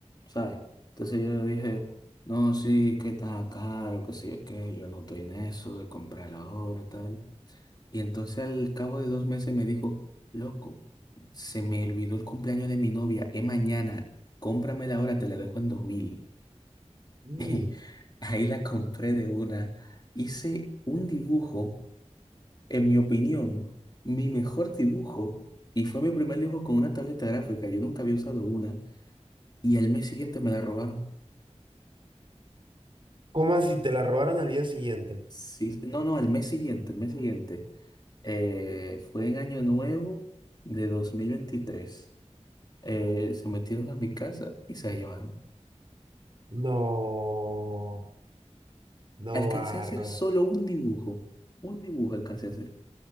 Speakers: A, on the left (about 35°); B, on the right (about 45°).
A: ¿sabes? Entonces yo le dije, no, sí, que está caro, que sí, que yo no estoy en eso de comprar ahora, tal. Y entonces al cabo de dos meses me dijo, loco, se me olvidó el cumpleaños de mi novia, es mañana, cómpramela ahora, te la dejo en dos mil.
B: Mm.
A: <laughs> Ahí la compré de una. Hice un dibujo, en mi opinión, mi mejor dibujo. Y fue mi primer dibujo con una tableta gráfica. Yo nunca había usado una. Y el mes siguiente me la robaron.
B: ¿Cómo así? ¿Te la robaron al día siguiente?
A: Sí, no, no, el mes siguiente, el mes siguiente. Eh, fue en Año Nuevo de 2023. Eh, se metieron a mi casa y se la llevaron.
B: No, no
A: Alcancé
B: barro.
A: a hacer solo un dibujo. Un dibujo alcancé a hacer.